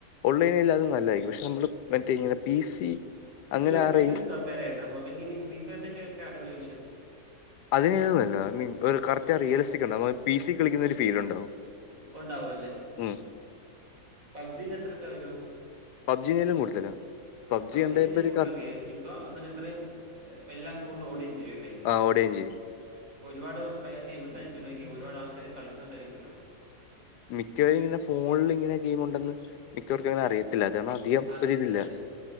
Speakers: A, on the left; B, on the right.
A: ഓൺലൈൻ അല്ലാ നല്ലായിരിക്കും പക്ഷെ നമ്മള് മറ്റേനെ പി സി അങ്ങനെ
B: അല്ല.
A: ആ
B: <unintelligible>
A: റേഞ്ച്
B: കമ്പയർ ചെയ്യണ്ട. മൊബൈൽ ഗെമിങ്സ് ഫ്രീ ഫയർ നോക്കെ അടിപൊളി
A: അതിനന്നുമല്ല ഐ മീൻ ഒരു കറക്റ്റ് ആ റിയലിസ്റ്റിക് ഉണ്ടാവ പി സ കളിക്കുന്ന ഒരു ഫീൽ ഉണ്ടാവും
B: ഉണ്ടാവുംല്ലേ
A: ഉം
B: പബ്ജീന് എത്രൊക്കെ വരു
A: പബ്ജീ എന്നെലും കൂടുതലാ പബ്ജി
B: പബ്ജീക്കെ
A: കണ്ടയുമ്പോ ഒരു
B: കൂടുതൽ
A: കറ
B: റിയലിറ്റിക്കുക എന്നിട്ട് ഇത്രയും എല്ലാ ഫോണിലും ഓടുകയും ചെയ്യോ അല്ലേ
A: ആഹ് ഓടുകയുണ് ചെയ്യും
B: ഇപ്പൊ ഒരുപാട് പയര ഫേമസ് ആയിരിക്കല്ലോ ഗം ഒരുപാട് ആൾക്കാര് കളിക്കുന്നണ്ടായിരിക്കുമല്ലോ
A: മിക്കവർ ഇങ്ങനെ ഫോണിൽ ഇങ്ങനെ ഗെയിം ഉണ്ടെന്ന് മിക്കവർക്ക അങ്ങനെ അറിയത്തില്ല
B: അറിയത്തില്ലല്ലേ
A: <unintelligible>